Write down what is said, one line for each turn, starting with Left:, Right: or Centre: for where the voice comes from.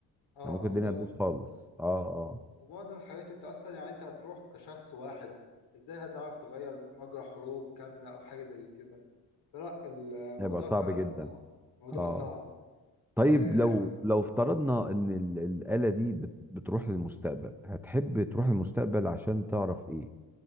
Left: اه
Centre: يعني ممكن
Left: بالظبط
Centre: الدنيا تبوظ خالص اه اه
Left: ومعظم الحاجات انت اصلا يعني انت هتروح كشخص واحد ازاي هتعرف تغير مجرى حروب كاملة او حاجة زي كده فلا الموضوع
Centre: يبقى صعب
Left: فعلا
Centre: جدا
Left: صعب موضوع
Centre: اه
Left: صعب
Centre: طيب
Left: أه
Centre: لو لو افترضنا ان ال- الآلة دي بت- بتروح للمستقبل هتحب تروح للمستقبل عشان تعرف ايه